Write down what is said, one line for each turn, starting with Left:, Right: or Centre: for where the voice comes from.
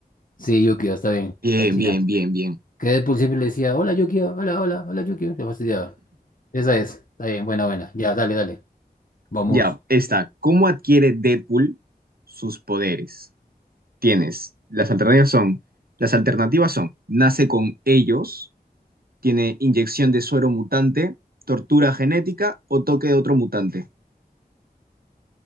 Left: sí, Yukio, está bien,
Right: Bien,
Left: la china.
Right: bien, bien, bien.
Left: Que Deadpool siempre le decía, hola Yukio, hola, hola, hola Yukio, se fastidiaba. Esa es, está bien, buena, buena, ya, dale, dale, vamos.
Right: Ya, está. ¿Cómo adquiere Deadpool sus poderes? Tienes, las alternativas son, las alternativas son, nace con ellos, tiene inyección de suero mutante, tortura genética o toque de otro mutante.